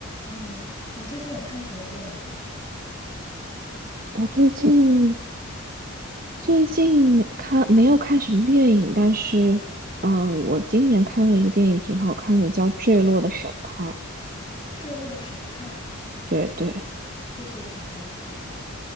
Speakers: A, on the left (about 20°); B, on the right (about 40°).
A: 嗯，你最近有看什么电影吗？
B: 我最近最近没看没有看什么电影，但是呃，我今年看了一个电影挺好看的，叫《坠落的审判》。
A: 《坠落的审判》，
B: 对对，
A: 这是一个什么样的片子呀？